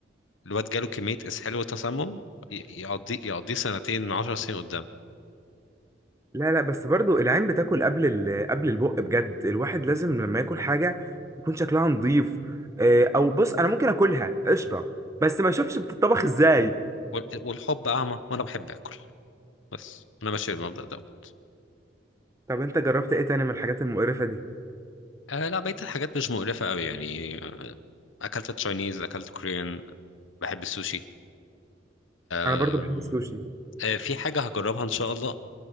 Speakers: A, on the left; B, on the right.
A: الواد جاله كميه اسهال وتسمم ي- يقضيه يقضيه سنتين عشر سنين قدام
B: لا لا بس برضو العين بتاكل قبل ال... قبل البق بجد الواحد لازم لما ياكل حاجة يكون شكلها نظيف آه، او بص انا ممكن اكلها قشطة بس ما اشوفش بتطبخ ازاي
A: وال- والحب اعمى وانا بحب اكل بس انا ماشي بالمبدأ دوت
B: طب انت جربت ايه تاني من الحاجات المقرفة دي
A: آه لا بقيه الحاجات مش مقرفه قوي يعني آه، اكلت تشاينيز اكلت كوريان بحب السوشي
B: انا
A: أم،
B: برضو بحب السوشي
A: آه، في حاجة هجربها إن شاء الله